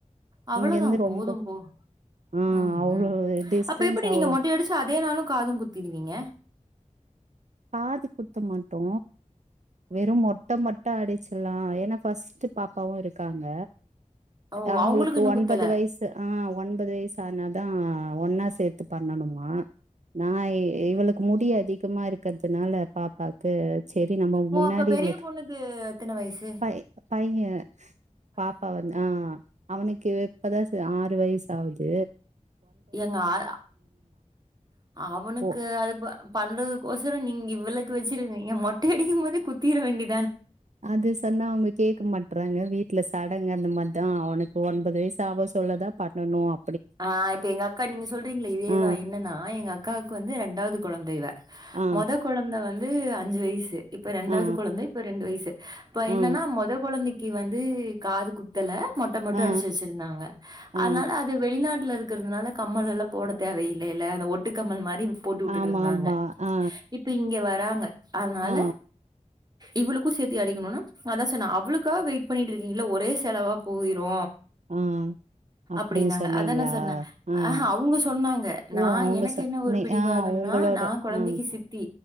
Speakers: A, on the right (about 30°); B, on the right (about 65°).
A: அவ்ளதா
B: இங்கருந்து ரொம்ப
A: போதும் போ
B: ஆ
A: ம்
B: அவ்ளோ
A: ம்
B: டிஸ்டன்ஸ்
A: அப்ப எப்டி
B: அவ்
A: நீங்க மொட்டை அடிச்சு அதே நாளு காது குத்தீடுவீங்க
B: காது குத்த மாட்டோ வெறு மொட்ட மட்டு அடிச்சில்லா ஏனா ஃபஸ்ட்டு பாப்பாவு இருக்காங்க
A: ஓ
B: அவுங்குளுக்கு
A: அவங்களுக்கு இன்னு
B: ஒன்பது
A: குத்தல
B: வய்சு அ ஒன்பது வய்சு ஆனாலு தா ஒன்னா சேத்து பண்ணணுமா நா இ இவளுக்கு முடி அதிகமாரு கதுனால பாப்பாக்கு செரி நம்ப
A: ஓ
B: முன்னாடி
A: அப்ப பெரிய
B: இவுளுக்கு
A: பொண்ணுக்கு எத்தன வயசு
B: பை பைய பாப்பா வந் ஆ அவனுக்கு இப்பதா ச ஆறு வய்சு ஆவுது
A: எங்க ஆயா அவனுக்கு
B: ஓ
A: அது ப பண்றதுக்கு கோச ப்றன் நீங் இவ்ளக் வெச்சிருகிங்க மொட்டை அடிக்கும் மோதே குத்திற வேண்டி
B: அது சொன்னா அவ்ங்க கேக்க மாட் ட்றாங்க வீட்ல சடங்கு அந்த மாட்தா அவனுக்கு ஒன்பது வயசு ஆவ சொல்லதா பண்ணனு அ
A: ஆ இப்ப எங்க அக்கா நீங்க சொல்றீங்கல இதேதா
B: ஆ
A: என்னன்னா எங்க அக்காக்கு வந்து ரெண்டாவ்து கொழந்த இவ
B: ஆ
A: மொத கொழந்த வ ந்து அஞ்சு வய்சு இப்ப ரெண்டாவ்து
B: ஆ
A: கொழந்த இப்ப ரெண்டு வய்சு இப்ப என்னன்னா
B: ஆ
A: மொத கொழந்தை டி வந்து காது குத்தல மொட்ட மட்டு
B: ஆ
A: அடிச்சு வெச்சிருந்தாங்க
B: ஆ
A: அதனால அ வெளிநாட்ல இருக்கறதுனால கம்மல் எல்லா போட தேவையில்லைல்ல அந்த ஒட்டுக்கம்மல் மாரி போட்டு உட்டுட்ருந்தாங்க
B: ஆமா ஆமா ஆ
A: இப்ப இங்க வ றாங்க அதனால
B: ஆ
A: இவ்ளுக்கு சேத்தி அடிக்கணுனா அதா சொன்னே அவுளுக்காவ் வெயிட் பண்ணிட்ருக்கீங்கள்ல ஒரே செலவா போயிரு
B: ஆ அப்டின்னு
A: ப்டினாங்க
B: சொன்னீங்களா
A: அதா நா சொன்னே
B: ஆ
A: ஆஹா அவுங்க சொன்னாங்க நா
B: ஓ அவங்க
A: எனக்கு
B: ச
A: என்ன ஒரு
B: நீ
A: பிடிவாதம்னா
B: ஆ உங்களோட
A: நா கொழந்தைக்கு
B: ஆ
A: சித்தி